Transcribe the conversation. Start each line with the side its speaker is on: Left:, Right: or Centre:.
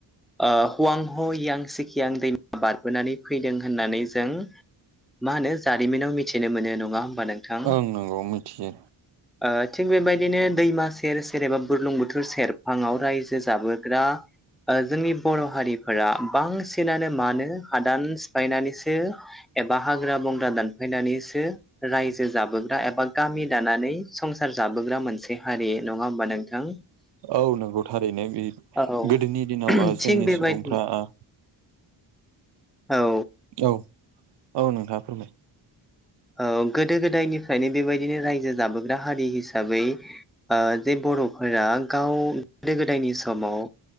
Centre: ओ हुवां ह यां सिकियां दैमा बारबोनानै फैदों होननानै जों मा होनो जारिमिनाव मिथिनो मोनो नङा होमबा नोंथां
Right: ओं नंगौ मिथियो
Centre: ओ थिग बेबायदिनो दैमा सेर सेर एबा बुरलुं बुथुर सेरफांआव रायजो जाबोग्रा ओ जोंनि बर' हारिफोरा बांसिनानो मानो हादान सिफायनानैसो एबा हाग्रा बंग्रा दानफायनानैसो रायजो जाबोग्रा एबा गामि दानानै संसार जाबोग्रा मोनसे हारि नङा होमबा नोंथां
Right: औ नंगौ थारैनो बे
Centre: औ
Right: गोदोनि दिनाव ओ जोंनि
Centre: थिग बेबायदि
Right: सुबुंफ्रा ओ
Centre: औ
Right: औ औ नोंथाङा फोरमाय
Centre: ओ गोदो गोदायनिफ्रायनो बेबायदिनो रायजो जाबोग्रा हारि हिसाबै ओ जे बर'फोरा गाव गोदो गोदायनि समाव